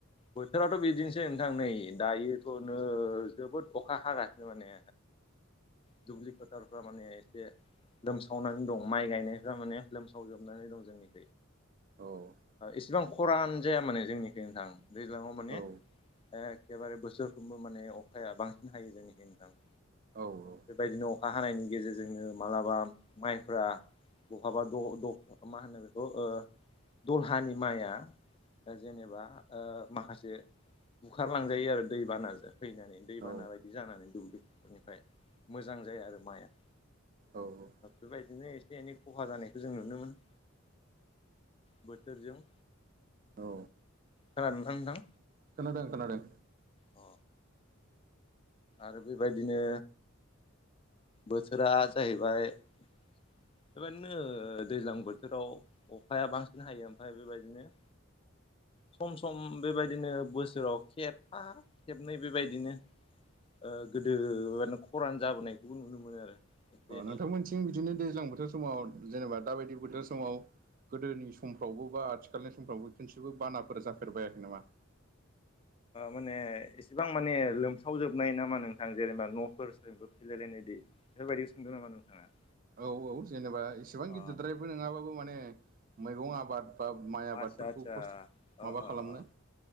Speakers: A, on the left (about 25°); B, on the right (about 40°).
A: बोथोराथ' बिदिनोसै नोंथां नै दायोथ'नो जोबोद अखा हागासिनो माने दुब्लि फोथारफ्रा माने एसे लोमसावनानै दं माइ गायनायफ्रा माने लोमसावजोबनानै दं जोंनिख
B: औ
A: इसिबां खरान जाया माने जोंनिथिं नोंथां दैज्लाङाव माने
B: औ
A: एखेबारे बोसोरफ्रोमबो माने अखाया बांसिन हायो जोंनिखि नोंथां
B: औ औ
A: बेबायदिनो अखा हानायनि गेजेरजोंनो मालाबा माइफ्रा बहाबा मा होनो बेखौ दलहानि माइआ जेनेबा माखासे बुखारलांजायो आरो दैबानाजों फैनानै दैबाना
B: औ
A: बायदि जानानै दुब्लिनिफ्राय मोजां जाया आरो माइआ
B: औ
A: बेबायदिनो एसे एनै खहा जानायखौ जों नुनो मोनो बोथोरजों
B: औ
A: खोनला नोंथां नोंथां
B: खोनादों खोनादों
A: अ आरो बेबायदिनो बोथोरा जाहैबाय बेबायदिनो दैज्लां बोथोराव अखाया बांसिन हायो ओमफ्राय बेबायदिनो सम सम बेबायदिनो बोसोराव खेबा खेबनै बेबायदिनो ओ गोदो माने खरान जाबोनायखौबो नुनो मोनो आरो। एसे
B: अ
A: एनै
B: नोंथांमोनसिं बिदिनो दैज्लां बोथोर समाव जेनेबा दााबायदि बोथोर समाव गोदोनि समफ्रावबो बा आथिखालनि समफ्रावबो खनसेबो बानाफोर जाफेरबायाखै नामा?
A: माने एसेबां माने लोमसावजोबनाय नामा नोंथां जेनेबा न'फोर सोरनिबो सिफायलायनायदि। बेफोरबायदि सोंदों नामा नोंथाङा?
B: औ औ जेनेबा एसेबां
A: अ
B: गिदिरद्रायबो नङाबाबो माने मैगं आबाद बा माइ आबादफोरखौ
A: आदसा आदसा
B: खस्थ'
A: अ
B: माबा
A: अ
B: खालामनाय।
A: अ